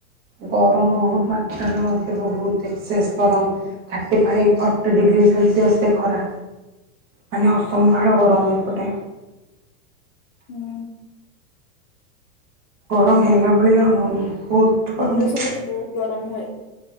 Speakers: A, on the right; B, on the left.
A: ଗରମ ବହୁତ ମାତ୍ରାରେ ହେଉଛ ବହୁତ ଏକ୍ସେସ୍ ଗରମ। Thirty five forty degree Celsius ରେ ଖରା। ମାନେ ଅସମ୍ଭାଳ ଗରମ ଏପଟେ।
B: ହୁଁ।
A: ଗରମ ହେଲା ଭଳିଆ ବହୁତ୍
B: ଭୁବନେଶ୍ୱରରେ
A: ଗରମ
B: ତ ବହୁତ ଗରମ ହୁଏ।